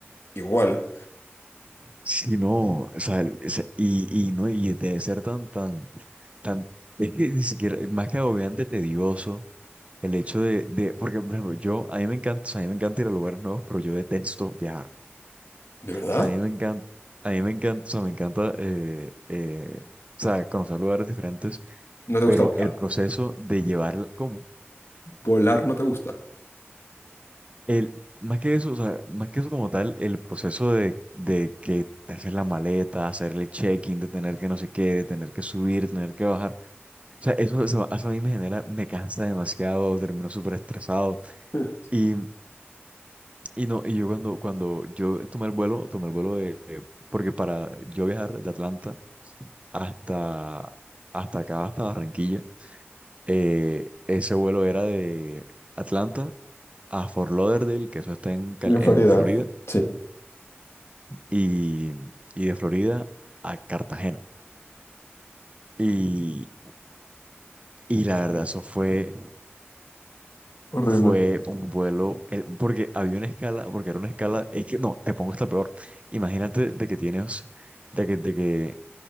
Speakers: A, on the left (about 70°); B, on the right (about 30°).
A: igual.
B: Sí, no, o sea, el- ese- y, y no, y debe ser tan, tan, tan, es que ni siquiera, más que agobiante, tedioso, el hecho de, de, porque, por ejemplo, yo, a mí me encanta, o sea, a mí me encanta ir a lugares nuevos, pero yo detesto viajar,
A: ¿De verdad?
B: o sea, a mí me encanta, a mí me encanta, o sea, me encanta, eh, eh, o sea, conocer lugares diferentes,
A: ¿No te
B: pero
A: gusta volar?
B: el proceso de llevar, ¿cómo?
A: ¿Volar no te gusta?
B: El, más que eso, o sea, más que eso como tal, el proceso de, de que hacer la maleta, hacer el check-in, de tener que no sé qué, de tener que subir, tener que bajar. O sea, eso, eso, eso a mí me genera, me cansa demasiado, termino súper estresado.
A: <laughs>
B: Y, y no, y yo cuando, cuando yo tomé el vuelo, tomé el vuelo de, de- porque para yo viajar de Atlanta hasta, hasta acá, hasta Barranquilla, eh, ese vuelo era de Atlanta a Fort Lauderdale, que eso está en, Cal-
A: En
B: en
A: Florida,
B: Florida
A: sí.
B: y, y de Florida a Cartagena. Y, y la verdad, eso fue,
A: Horrible.
B: fue un vuelo, el- porque había una escala, porque era una escala, es que no, te pongo esta peor. Imagínate de que tienes, de que, de que